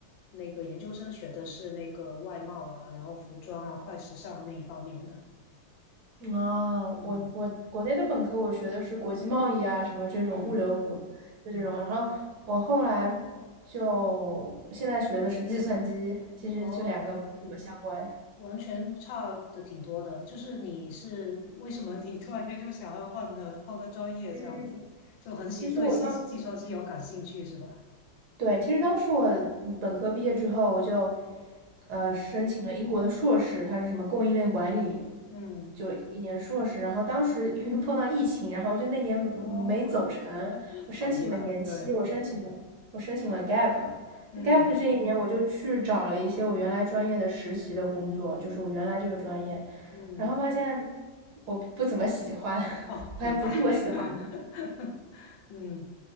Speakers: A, on the left (about 85°); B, on the right (about 70°).
A: 那个研究生学的是那个外贸啊，然后服装啊、快时尚那一方面的。
B: 啊，
A: 嗯
B: 我我国内的本科我学的是国际贸易啊，什么这种物流，
A: 嗯嗯，
B: 就这种。然后我后来就现在学的是计算机，其实就两个不怎么相关。
A: 哦，完全差的挺多的。就是你是为什么你突然间就想要换的换个专业这样子，
B: 嗯，
A: 就很喜对计计算机有感兴趣是吧？
B: 其实我当对，其实当时我嗯本科毕业之后，我就呃申请了英国的硕士，
A: 嗯
B: 它是什么供应链管理，
A: 嗯，
B: 就一年硕士。然后当时因为碰到疫情，然后我就那年没走成，
A: 哦，<laughs>
B: 我申请了延期，
A: 好遗憾，对，
B: 我申请了我申请了 gap。
A: 嗯
B: 那 gap 的这一年，我就去找了一些我原来专业的实习的工作，就是我原来这个专业，
A: 嗯。
B: 然后发现我不怎么喜欢，<laughs>
A: 哦，
B: 发现不是我喜欢的，
A: 明白。<laughs> 嗯，